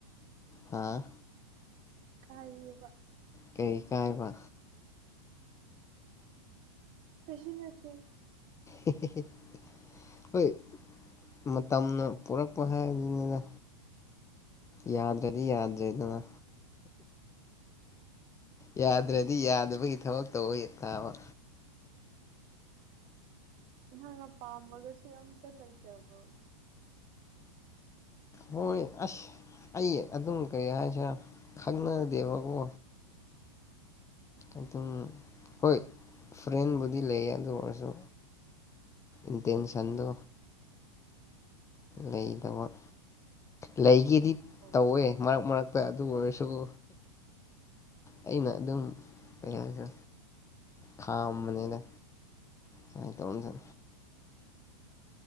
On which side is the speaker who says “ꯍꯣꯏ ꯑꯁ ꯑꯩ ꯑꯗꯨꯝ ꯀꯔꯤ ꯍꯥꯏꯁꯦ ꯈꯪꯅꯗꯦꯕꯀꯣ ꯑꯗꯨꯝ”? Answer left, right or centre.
Left